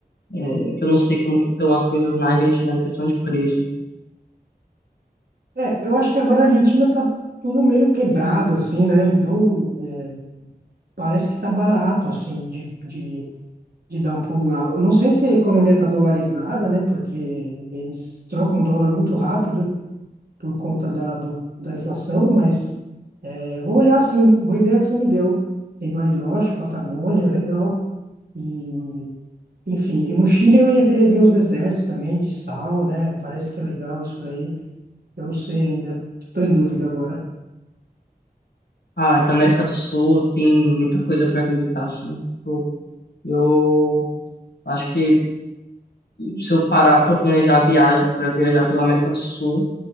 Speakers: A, on the left; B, on the right.
A: é, que eu não sei como que estão as coisas na Argentina na questão de preços.
B: É, eu acho que agora a Argentina tá tudo meio quebrado, assim, né? Então, é, parece que tá barato, assim, de, de de dar um pulo lá. Eu não sei se a economia está dolarizada, né? Porque eles trocam dólar muito rápido por conta da, do, da inflação, mas é, vou olhar sim. Boa ideia que você me deu. Tem Bariloche, Patagônia, legal. E, enfim, e no Chile eu ia querer ver os desertos também, de sal, né? Parece que é legal isso daí. Eu não sei ainda. Estou em dúvida agora.
A: Ah, da América do Sul tem muita coisa para visitar, assim. Eu, eu acho que se eu parar para planejar a viagem, para viajar pela América do Sul,